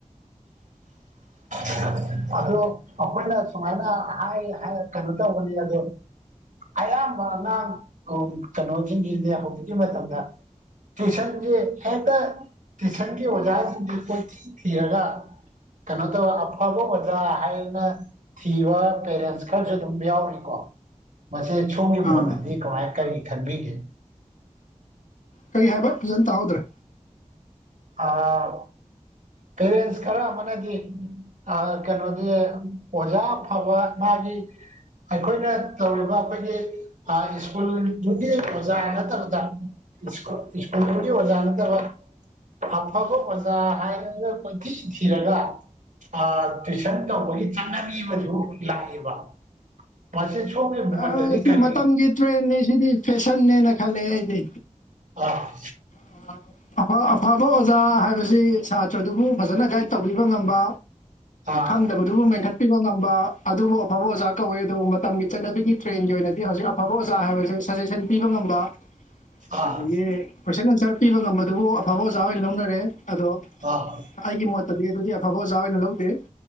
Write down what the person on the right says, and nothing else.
ꯎꯝ ꯑꯗꯣ ꯑꯩꯈꯣꯏꯅ ꯁꯨꯃꯥꯏꯅ ꯍꯥꯏ ꯍꯥꯏ ꯀꯩꯅꯣ ꯇꯧꯕꯅꯤ ꯑꯗꯣ ꯑꯌꯥꯝꯕ ꯑꯉꯥꯡ ꯎꯝ ꯀꯩꯅꯣꯖꯤꯡꯖꯦ ꯍꯧꯖꯤꯛꯀꯤ ꯃꯇꯝꯗ ꯇꯨꯋꯏꯁꯟꯒꯤ ꯍꯦꯛꯇ ꯇꯨꯋꯏꯁꯟꯒꯤ ꯑꯣꯖꯥꯖꯤꯡꯖꯦ ꯀꯣꯏꯊꯤ ꯊꯤꯔꯒ ꯀꯩꯅꯣ ꯇꯧ ꯑꯐꯕ ꯑꯣꯖꯥ ꯍꯥꯏꯅ ꯊꯤꯕ <unintelligible> ꯈꯔꯖꯨ ꯑꯗꯨꯝ ꯌꯥꯎꯔꯤꯀꯣ ꯃꯁꯤ ꯁꯣꯝꯒꯤ
ꯃꯣꯠꯇꯗꯤ ꯀꯃꯥꯏ ꯀꯔꯤ ꯈꯟꯕꯤꯒꯦ
ꯑꯥ ꯄꯦꯔꯦꯟꯁ ꯈꯔ ꯑꯃꯥꯅꯗꯤ ꯑꯥ ꯀꯩꯅꯣꯗꯤ ꯑꯣꯖꯥ ꯐꯕ ꯃꯥꯒꯤ ꯑꯩꯈꯣꯏꯅ ꯇꯧꯔꯤꯕ ꯑꯩꯈꯣꯏꯒꯤ ꯏꯁ꯭ꯀꯨꯜꯗꯨꯒꯤ ꯑꯣꯖꯥ ꯅꯠꯇꯕꯗ ꯨ ꯏꯁ꯭ꯀꯨꯜ ꯏꯁ꯭ꯀꯨꯜꯗꯨꯒꯤ ꯑꯣꯖꯥ ꯅꯠꯇꯕ ꯑꯐꯥꯕ ꯑꯣꯖꯥ ꯍꯥꯏꯔꯒ ꯀꯣꯏꯊꯤ ꯊꯤꯔꯒ ꯑꯥ ꯇꯨꯋꯏꯁꯟ ꯇꯧꯕꯒꯤ ꯆꯠꯅꯕꯤ ꯑꯃꯖꯨ ꯂꯥꯛꯑꯦꯕ ꯃꯁꯤ ꯁꯣꯝꯒꯤ
ꯃꯣꯠꯇꯗꯤ
ꯀꯔꯤ
ꯑꯥ
ꯑꯥ
ꯑꯥ
ꯑꯥ꯫